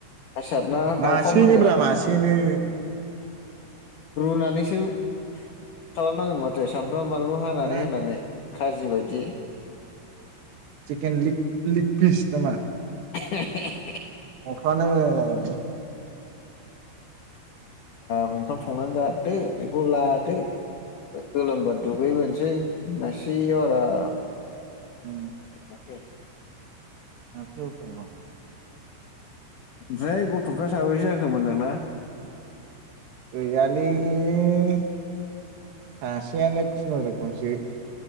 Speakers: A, on the left (about 75°); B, on the right (about 65°).
A: आसार ना दाउफाम
B: मासेनो
A: होनगोन
B: ब्रा मासेनो
A: रुनानैसो खालामनांगोन माथो? सामब्राम बानलु होनानै
B: ओ
A: होनानै खाजि बायदि?
B: चिकेन लिग लिग पिस नामा?
A: ए
B: न'फ्रानो मोजां जागोन बेे।
A: ग ओंखाम संनानै जादों बेखौ लादों। गोलोमबा दुगैबोनोसै होननायसेयाव आराम
B: उम
A: ना
B: नाथ फै औ
A: ओमफ्राय गथ'फ्रा साबैसे जाखोमोनलांना
B: गोयालोय सासेयानो खुनुरुखुमसो?